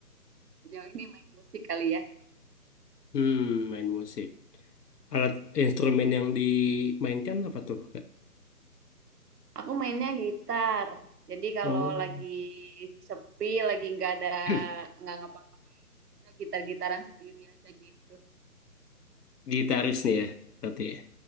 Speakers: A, on the right (about 75°); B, on the left (about 80°).
A: sejauh ini main musik kali ya
B: Hmm, main musik. Alat instrumen yang dimainkan apa tuh, Kak?
A: aku mainnya gitar jadi kalau
B: Oh,
A: lagi sepi lagi nggak ada
B: <clears throat>
A: nggak ngapa-ngapain ya udah gitar-gitaran sendiri aja gitu <laughs>
B: gitaris nih ya, berarti ya.